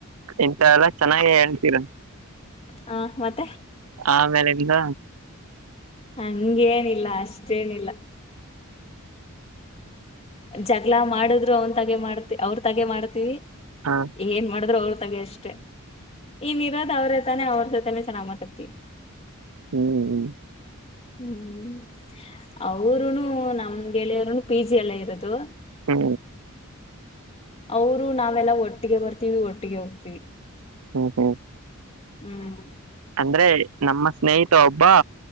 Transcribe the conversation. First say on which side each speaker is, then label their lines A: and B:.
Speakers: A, on the right; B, on the left.
A: ಎಂತ ಎಲ್ಲ ಚೆನ್ನಾಗೇ ಹೇಳ್ತೀರ...
B: ಹಾ ಮತ್ತೆ..
A: ಆಮೇಲೆ ಇಂದ..
B: ಹಂಗೇನಿಲ್ಲ ಅಷ್ಟೇನಿಲ್ಲ... ಜಗ್ಗಳಾ ಮಾಡಿದ್ರು ಅವನ್ ತಾಗೆ ಮಾಡ್ತಿ ಅವ್ರ ತಾಗೆ ಮಾಡ್ತೀವಿ
A: ಹಾ
B: ಏನ್ ಮಾಡಿದ್ರು ಅವ್ರ... ಅವರ್ತಾಗೆ ಅಷ್ಟೇ ಇನ್ನೂ ಇರೋದು ಅವ್ರತಾನೆ ಅವ್ರ ಜೊತೆನೆ ಚೆನ್ನಾಗ್ ಮಾತಾಡ್ತೀವಿ ಅಷ್ಟೇ.
A: ಹ್ಮ್ ಹ್ಮ್..
B: ಹ್ಮ್ ಅವರುೂನು ನಮ್ ಗೆಳೆಯರುನು ಪಿ ಜಿ ಎಲ್ಲ ಇರೋದು..
A: ಹ್ಮ..
B: ಅವರು ನಾವೆಲ್ಲ ಒಟ್ಟಿಗೆ ಬರ್ತೀವಿ ಒಟ್ಟಿಗೆ ಹೋಗ್ತಿೀವಿ..
A: ಹ್ಮ್ ಹ್ಮ್..
B: ಹ್ಮ್..
A: ಅಂದ್ರೆ ನಮ್ಮ ಸ್ನೇಹಿತ ಒಬ್ಬ